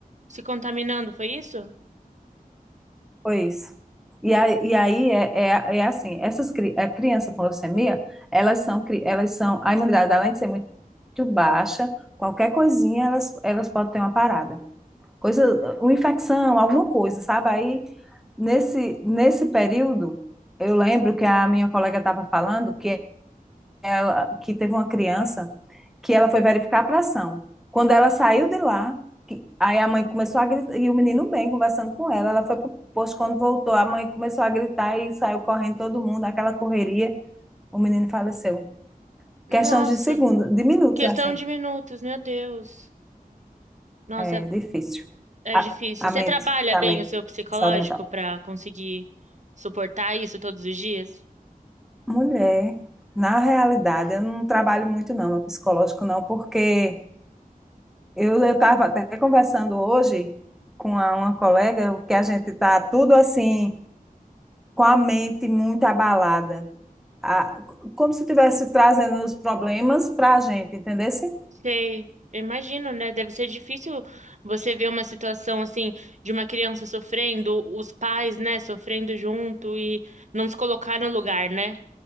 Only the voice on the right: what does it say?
Se contaminando, foi isso?
Nossa,
questão
de minutos, meu Deus. Nossa,
é,
é difícil.
Você
trabalha
bem
o seu psicológico
para conseguir suportar isso todos os dias?
Sei, eu imagino, né? Deve ser difícil você ver uma situação assim de uma criança sofrendo, os pais, né, sofrendo junto e não se colocar no lugar, né?